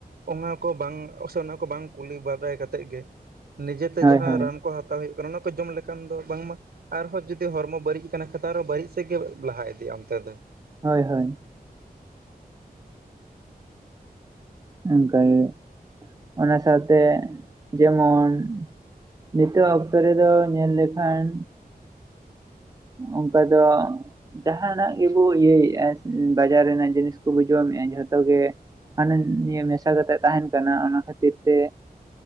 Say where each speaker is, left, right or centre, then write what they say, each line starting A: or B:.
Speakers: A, on the right; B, on the right.
A: ᱚᱱᱟ ᱠᱚ ᱵᱟᱝ, ᱚᱼ ᱥᱮ ᱚᱱᱟ ᱠᱚ, ᱵᱟᱝ ᱠᱩᱞᱤ ᱵᱟᱰᱟᱭ ᱠᱟᱛᱮᱫ ᱜᱮ, ᱱᱤᱡᱮᱛᱮ,
B: ᱦᱳᱭ
A: ᱡᱟᱦᱟᱸ
B: ᱦᱳᱭ
A: ᱨᱟᱱ ᱠᱚ, ᱦᱟᱛᱟᱣ ᱦᱩᱭᱩᱜ ᱠᱟᱱᱟ, ᱚᱱᱟ ᱠᱚ, ᱡᱚᱢ ᱞᱮᱠᱷᱟᱱ ᱫᱚ, ᱵᱟᱝ ᱢᱟ, ᱟᱨᱦᱚᱸ ᱡᱩᱫᱤ, ᱦᱚᱨᱢᱚ ᱵᱟᱹᱲᱤᱡ ᱟᱠᱟᱱᱟ, ᱠᱷᱟᱛᱟᱨ ᱟᱨᱦᱚᱸ ᱵᱟᱹᱲᱤᱡ ᱥᱮᱫ ᱜᱮ, ᱞᱟᱦᱟ ᱤᱫᱤᱜᱼᱟ, ᱚᱱᱛᱮ ᱫᱚ ᱾
B: ᱦᱳᱭ ᱦᱳᱭ ᱾ ᱚᱱᱠᱟᱜᱮ, ᱚᱱᱟ ᱥᱟᱶᱛᱮ, ᱡᱮᱢᱚᱱ ᱱᱤᱛᱚᱜ ᱟᱜ, ᱚᱠᱛᱚ ᱨᱮᱫᱚ, ᱧᱮᱞ ᱞᱮᱠᱷᱟᱱ, ᱚᱝᱠᱟ ᱫᱚ ᱡᱟᱦᱟᱸᱱᱟᱜ ᱜᱮᱵᱚ, ᱤᱭᱟᱹᱭᱮᱫᱼᱟ, ᱵᱟᱡᱟᱨ ᱨᱮᱱᱟᱜ, ᱡᱤᱱᱤᱥ ᱠᱚᱵᱚ, ᱡᱚᱢᱮᱫᱼᱟ, ᱡᱷᱚᱛᱚ ᱜᱮ, ᱦᱟᱱᱟ ᱱᱤᱭᱟᱹ, ᱢᱮᱥᱟ ᱠᱟᱛᱮᱫ, ᱛᱟᱦᱮᱱ ᱠᱟᱱᱟ, ᱚᱱᱟ ᱠᱷᱟᱹᱛᱤᱨ ᱛᱮ